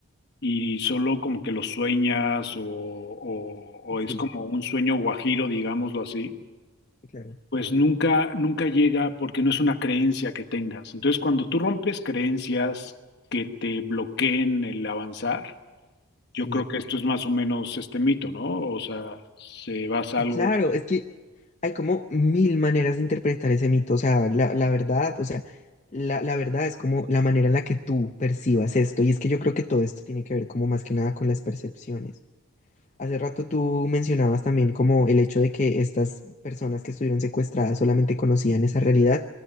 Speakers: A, on the left; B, on the left.
A: y solo como que lo sueñas o, o- o
B: sí,
A: es como un sueño guajiro, digámoslo así,
B: claro,
A: pues nunca, nunca llega porque no es una creencia que tengas. Entonces, cuando tú rompes creencias que te bloqueen el avanzar,
B: sí,
A: yo creo que esto es más o menos este mito, ¿no? O sea, se basa
B: sí,
A: algo
B: claro, es que hay como mil maneras de interpretar ese mito, o sea, la, la verdad, o sea, la, la verdad es como la manera en la que tú percibas esto, y es que yo creo que todo esto tiene que ver como más que nada con las percepciones. Hace rato tú mencionabas también como el hecho de que estas personas que estuvieron secuestradas solamente conocían esa realidad